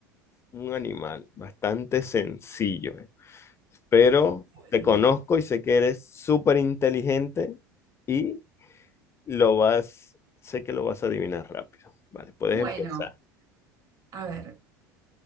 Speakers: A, on the left (about 25°); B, on the right (about 40°).
A: un animal bastante sencillo. eh. pero
B: Bueno.
A: te conozco y sé que eres súper inteligente y lo vas, sé que lo vas a adivinar rápido. Vale, puedes
B: Bueno,
A: empezar.
B: a ver.